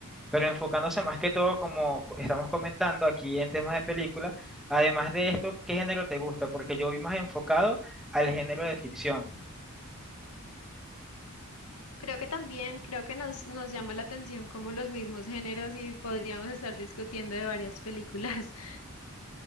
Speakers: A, in the centre; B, on the left (about 80°).
A: pero enfocándose más que todo, como estamos comentando aquí en temas de película, además de esto, ¿qué género te gusta? Porque yo vi más enfocado al género de ficción.
B: Creo que también, creo que nos, nos llama la atención como los mismos géneros y podríamos estar discutiendo de varias películas. <laughs>